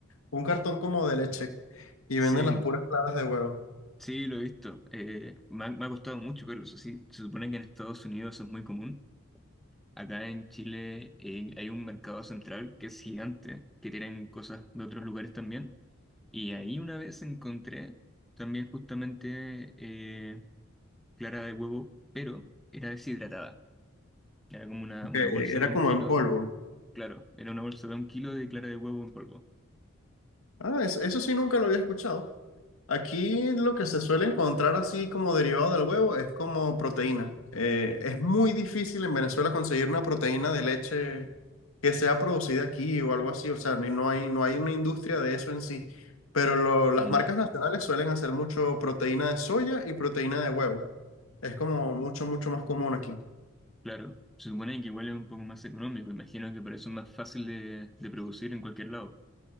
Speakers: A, on the left; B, in the centre.
A: un cartón como de leche, y
B: Sí,
A: venden las puras claras de huevo.
B: sí, lo he visto. Eh, me ha, me ha costado mucho verlo, eso sí. Se supone que en Estados Unidos es muy común. Acá en Chile eh, hay un mercado central que es gigante, que tienen cosas de otros lugares también. Y ahí una vez encontré también justamente eh, clara de huevo, pero era deshidratada. Era como una,
A: Ok,
B: una bolsa
A: era
B: de un
A: como
B: kilo,
A: en polvo.
B: claro, era una bolsa de un kilo de clara de huevo en polvo.
A: Ah, eso, eso sí nunca lo había escuchado. Aquí lo que se suele encontrar así como derivado del huevo es como proteína. Eh, es muy difícil en Venezuela conseguir una proteína de leche que sea producida aquí o algo así. O sea, ni- no hay, no hay una industria de eso en sí. Pero lo- las
B: Mm,
A: marcas nacionales suelen hacer mucho proteína de soya y proteína de huevo. Es como mucho, mucho más común aquí.
B: claro, se supone que igual es un poco más económico, imagino que por eso es más fácil de, de producir en cualquier lado.